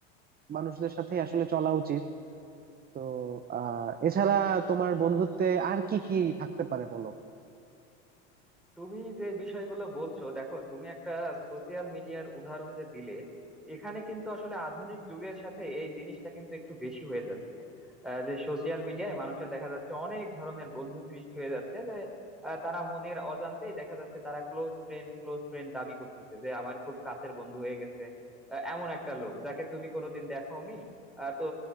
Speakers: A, on the right (about 25°); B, in the centre.
A: মানুষদের সাথে আসলে চলা উচিত তো আহ এছাড়া তোমার বন্ধুত্বে আর কি কি থাকতে পারে বলো
B: তুমি যে বিষয়গুলো বলছো দেখো তুমি একটা সোশিয়াল মিডিয়ার উদাহরণ যে দিলে এখানে কিন্তু আসলে আধুনিক যুগের সাথে এই জিনিসটা কিন্তু একটু বেশি হয়ে যাচ্ছে আহ, যে সোশিয়াল মিডিয়ায় মানুষের দেখা যাচ্ছে অনেক ধরনের বন্ধু সৃষ্টি হয়ে যাচ্ছে যে আহ, তারা মনের অজান্তেই দেখা যাচ্ছে তারা ক্লোজ ফ্রেন্ড ক্লোজ ফ্রেন্ড দাবি করতেছে যে আমার খুব কাছের বন্ধু হয়ে গেছে আহ, এমন একটা লোক যাকে তুমি কোনোদিন দেখোনি আহ, তো